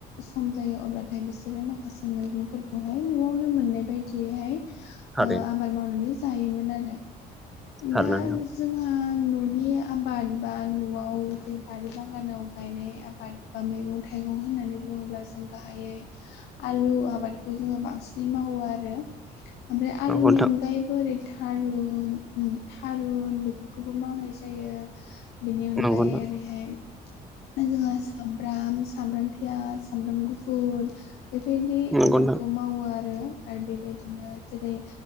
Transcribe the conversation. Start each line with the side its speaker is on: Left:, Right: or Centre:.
Left: सम जायो अब्लाथाय बिसोरो माखासे मैगंफोरखौहाय न'आवनो मोननाय बायदियैहाय
Centre: हा
Left: ओ आबाद मावनानै जायोमोन आरो
Centre: थारैनो
Left: दा
Centre: नोंथां
Left: जोंहा न'नि आबाद बा न'आव जे बारि बागानाव गायनाय आबाद बा मैगं थाइगं होननानै बुङोब्ला जों गाहायै आलु आबादखौ जोङो बांसिनै मावो आरो ओमफ्राय आलुनि
Centre: नंगौ नोंथां
Left: अनगायै बोरै थारुन थारुन बेफोरखौबो मावनाय जायो बेनि अनगायै
Centre: नंगौ नोंथां
Left: ओरैहाय जोंहा सामब्राम सामब्राम पियास सामब्राम गुफुर बेबायदि
Centre: नंगौ
Left: आबादखौ मावो आरो आरो बेबायदिनो जेरै